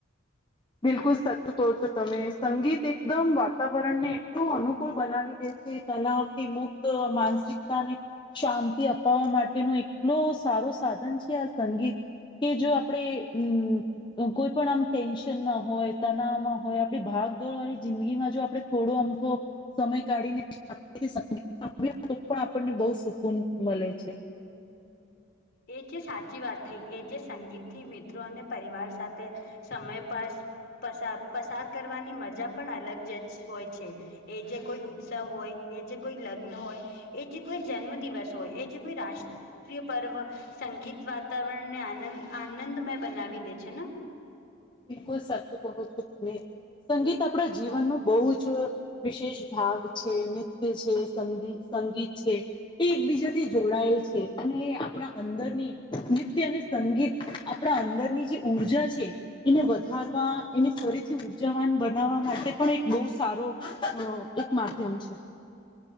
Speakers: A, on the left; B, on the left.
A: બિલકુલ સાચું કહો છો તમે સંગીત એકદમ વાતાવરણ ને એટલું અનુકૂળ બનાવી દે છે. તલાવ થી મુક્ત માનસિકતાને શાંતિ અપાવવા મા ટે નો એટલો સારો સાધન છે આ સંગીત કે જો આપણે કોઈ પણ આમ ટેનસ સન માં હોય તણવમાં હોય આપણી ભાગદોડ વાળી જિંદગીમાં જો આપડે થોડો આમ તો સમય કાઢીને તો પણ આપણને બહુ સુકૂન મળે છે
B: એ જે સાચી વાત થઈ એ જે સંગીત થી મિત્રો અને પરિવાર સાથે સમય પાસ પસા પસાર કરવાની મજા પણ અલગ જ જ હોય છે. એ જે કોઈ ઉત્સવ હોય એ જે કોઈ લગ્ન હોય એ જે કોઈ જન્મ દિવસ હોય એ જે કોઈ રાષ્ટ્રીય પર્વ સંગીત વાતાવરણને આનંદ આનંદમય બનાવી દે છે ને?
A: બિલકુલ સાચું કહો છો તમે સંગીત આપણા જીવનનું બહુ જ વિશેષ ભાગ છે, નૃત્ય છે, સંગી સંગીત છે, એ એકબીજાથી જોડાયેલ છે અને આપણા અંદરની નિત્ય્ને સંગીત આપણા અંદરની જે ઉર્જા છે એને વધારવા એને ફરીથી ઉર્જાવાન બનાવવા માટે પણ એક બહુ સારો અ એક માધ્યમ છે.